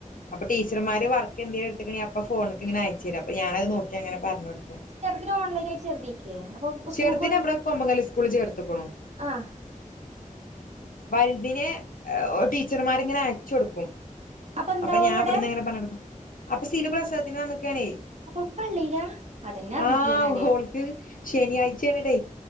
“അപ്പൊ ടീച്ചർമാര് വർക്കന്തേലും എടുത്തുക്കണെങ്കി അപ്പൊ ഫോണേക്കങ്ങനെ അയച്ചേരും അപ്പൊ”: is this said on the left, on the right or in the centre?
Left